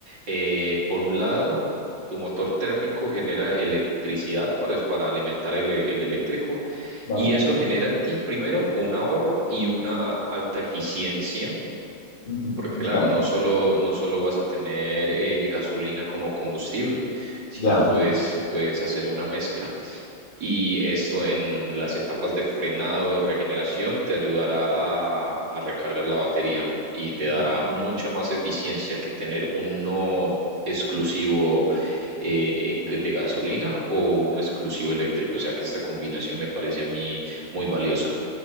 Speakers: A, on the right (about 60°); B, on the left (about 75°).
A: eh, por un lado, tu motor térmico genera electricidad para, para alimentar el el eléctrico
B: vale.
A: y eso genera en ti primero un ahorro y una alta eficiencia
B: Ujú.
A: Porque
B: Vale.
A: claro, no solo, no solo vas a tener eh, gasolina como combustible, sino
B: Ya.
A: puedes, puedes hacer una mezcla. Y esto en las etapas de frenado, de regeneración, te ayudará a, a recargar la batería y te dará
B: Va-
A: mucha más eficiencia que tener uno exclusivo eh, eh, g- de gasolina o uno exclusivo eléctrico. O sea que esta combinación me parece a mí muy valiosa.